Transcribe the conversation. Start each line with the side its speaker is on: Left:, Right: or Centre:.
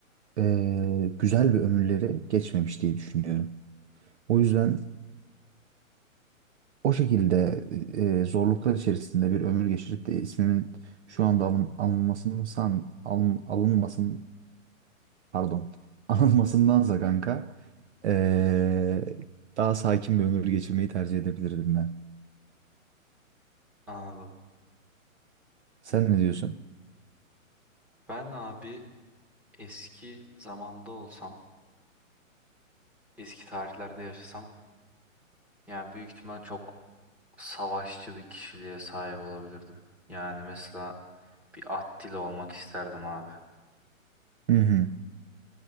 Right: eee, güzel bir ömürleri geçmemiş diye düşünüyorum. O yüzden o şekilde eee, zorluklar içerisinde bir ömür geçirip de ismimin şu anda alın, alınmasını san, alın, alınmasın pardon <laughs> anılmasındansa kanka ee, daha sakin bir ömür geçirmeyi tercih edebilirdim ben.
Centre: Anladım.
Right: Sen ne diyorsun?
Centre: Ben abi eski zamanda olsam, eski tarihlerde yaşasam, yani büyük ihtimal çok savaşçı bir kişiliğe sahip olabilirdim. Yani mesela bir Attila olmak isterdim abi.
Right: Hı hı.